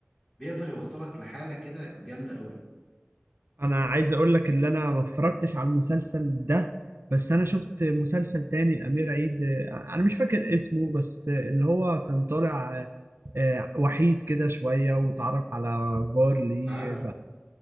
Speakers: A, on the left; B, on the right.
A: بيقدر يوصلك لحاله كده جامده قوي
B: أنا عايز أقول لك إن أنا ما اتفرجتش على المسلسل ده بس أنا شفت مسلسل تاني لأمير عيد آه، أنا مش فاكر اسمه بس آه، اللي هو كان طالع آه، آه، وحيد كده شوية وتعرف على جار ليه
A: عارفه
B: بقى